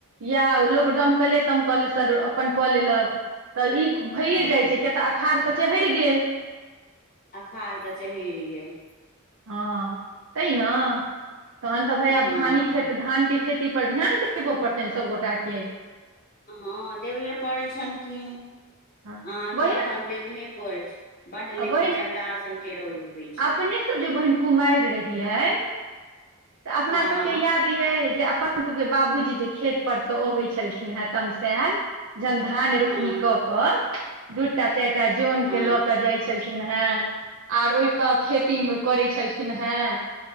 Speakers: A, on the right; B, on the left.
A: या लोक डमकले तमकल सर अपन क लेलक त ई भइए
B: हँ
A: जाइ छै किया तऽ अखाड़ तऽ चहैढ़ गेल
B: अखार त चहिर गेल
A: हँ तै न तहन त भैय
B: हँ
A: धानी खेत धान के खेती पर ध्यान देबय पड़तनि सभगोटा के
B: हँ देबहे पड़ै छनि कि
A: हँ
B: अहाँके
A: बहिन
B: एखन देबहे पड़ै छै बड लेकिन
A: बहिन
B: चंडाल सन के रौद उगय छै
A: अपने बहिन कुमाईर रहिये तऽ अपना
B: हँ
A: सबके याद ये जे पना सभके बाबूजी जे खेत परसँ अबै छलखिन है तमसाएल जहन धान रोपनी
B: हँ
A: क क दूटा चाएटा जन
B: हँ
A: के ल क ऽ जाइत छलखिन हें आर ओहिपऽ खेतीमे करै छलखिन हेँ